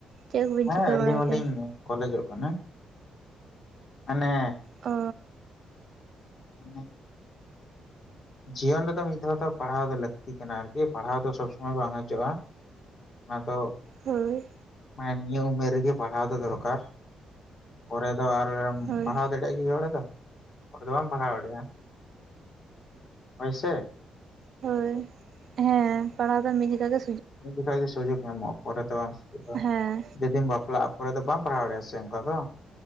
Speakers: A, on the right (about 50°); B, on the left (about 40°).
A: ᱪᱮᱫ ᱠᱚᱵᱤᱱ
B: ᱦᱮᱸ
A: ᱪᱤᱠᱟᱹ
B: ᱟᱹᱞᱤᱧ
A: ᱵᱟᱲᱟᱭ
B: ᱦᱚᱸ
A: ᱛᱮ?
B: ᱞᱤᱧ ᱠᱚᱞᱮᱡᱚᱜ ᱠᱟᱱᱟ ᱢᱟᱱᱮ
A: ᱚ
B: <unintelligible> ᱡᱤᱭᱚᱱ ᱨᱮᱫᱚ ᱢᱤᱫ ᱫᱷᱟᱣ ᱫᱚ ᱯᱟᱲᱦᱟᱣ ᱫᱚ ᱞᱟᱹᱠᱛᱤ ᱠᱟᱱᱟ ᱟᱨᱠᱤ ᱯᱟᱲᱦᱟᱣ ᱫᱚ ᱥᱚᱵᱽ ᱥᱚᱢᱚᱭ ᱵᱟᱝ ᱦᱤᱡᱩᱜ-ᱟ᱾ ᱚᱱᱟ ᱫᱚ
A: ᱦᱳᱭ
B: ᱦᱮᱸ ᱱᱤᱭᱟᱹ ᱩᱢᱮᱨ ᱨᱮᱜᱮ ᱯᱟᱲᱦᱟᱣ ᱫᱚ ᱫᱚᱨᱠᱟᱨ ᱯᱚᱨᱮ ᱫᱚ ᱟᱨ
A: ᱦᱳᱭ
B: ᱯᱟᱲᱦᱟᱣ ᱫᱟᱲᱮᱜ ᱟᱜᱮ <unintelligible> ᱦᱚᱲ ᱫᱚ ᱵᱟᱢ ᱯᱟᱲᱦᱟᱣ ᱫᱟᱲᱮᱭᱟᱜ-ᱟ ᱦᱳᱭ ᱥᱮ
A: ᱦᱳᱭ ᱦᱮᱸ ᱯᱟᱲᱦᱟᱣ ᱫᱚ ᱢᱤᱫ ᱡᱷᱤᱠᱟ ᱜᱮ
B: ᱢᱤᱫ ᱡᱷᱤᱠᱟ ᱜᱮ ᱥᱩᱡᱳᱠ ᱧᱟᱢᱚᱜ-ᱟ ᱯᱚᱨᱮ ᱛᱮ ᱵᱟᱢ ᱥᱩᱡᱳᱠᱟ
A: ᱦᱮᱸ
B: ᱡᱩᱫᱤᱢ ᱵᱟᱯ ᱵᱟᱯᱞᱟᱜ-ᱟ ᱯᱚᱨᱮ ᱫᱚ ᱵᱟᱢ ᱯᱟᱲᱦᱟᱣ ᱫᱟᱲᱮᱭᱟᱜ-ᱟ ᱥᱮ ᱚᱱᱠᱟ ᱫᱚ